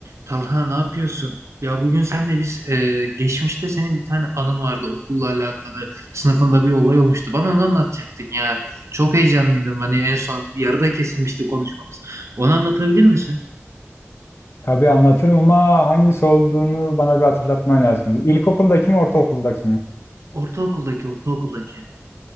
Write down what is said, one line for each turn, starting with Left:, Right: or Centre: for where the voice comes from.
Right: Talha ne yapıyorsun? Ya bugün senle biz e, geçmişte senin bir tane anın vardı okulla alakalı. Sınıfında bir olay olmuştu. Bana onu anlatacaktın ya. Çok heyecanlıydım. Hani en son bir yarıda kesilmişti konuşmamız. Onu anlatabilir misin?
Left: Tabii anlatırım ama hangisi olduğunu bana bir hatırlatman lazım. Bu İlkokuldaki mi, ortaokuldaki mi?
Right: Ortaokuldaki, ortaokuldaki.